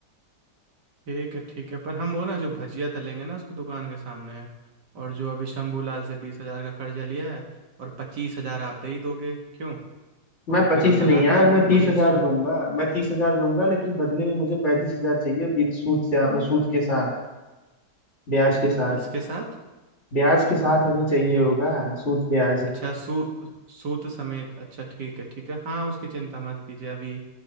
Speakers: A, on the right (about 80°); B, on the left (about 40°).
A: ठीक है ठीक है पर हम वो ना जो भजिया तलेंगे ना उसकी दुकान के सामने है और जो अभी शंभूलाल से बीस हजार का कर्जा लिया है और पच्चीस हजार आप दे ही दोगे क्यों
B: मैं
A: और
B: पच्चीस
A: फिर हम लगाते
B: नहीं यार
A: हैं एकदम
B: मैं तीस
A: बढ़िया
B: हजार
A: स्टॉल
B: दूंगा मैं तीस हजार दूंगा लेकिन बदले में मुझे पैंतीस हजार चाहिए बीच सूद से सूद के साथ ब्याज के साथ
A: इसके साथ
B: ब्याज के साथ हमें चाहिए होगा सूद ब्याज
A: अच्छा सू सूत समेत अच्छा ठीक है ठीक है हाँ उसकी चिंता मत कीजिए अभी